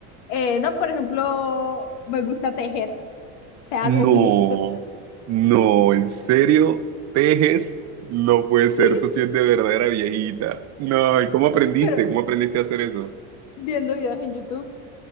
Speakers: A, on the left; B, on the right.
A: Eh, no, por ejemplo, me gusta tejer, o sea,
B: No,
A: hago muñequitos.
B: no, ¿en serio? ¿Tejes? No puede ser,
A: <laughs> Sí,
B: tú sí eres de verdadera viejita. No, ¿y cómo aprendiste?
A: pero
B: ¿Cómo aprendiste a hacer eso?
A: viendo videos en YouTube.